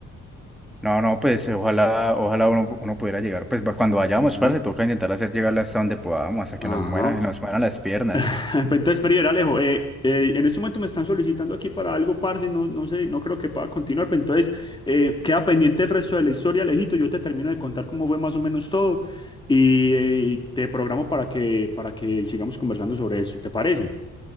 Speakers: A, in the centre; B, on the left.
A: No, no, pues eh, ojalá, ojalá uno, uno pudiera llegar, pues va- cuando vayamos,
B: Ujú.
A: para, se toca intentar hacer llegar hasta donde podamos, hasta
B: Ajá.
A: que nos muera, nos mueran las piernas.
B: <laughs> Entonces, Perider, Alejo, eh, eh, en este momento me están solicitando aquí para algo, parce, no, no sé, no creo que pueda continuar, pero entonces eh, queda pendiente el resto de la historia, Alejito, yo te termino de contar cómo fue más o menos todo y, eh, y te programo para que, para que sigamos conversando sobre esto, ¿te parece?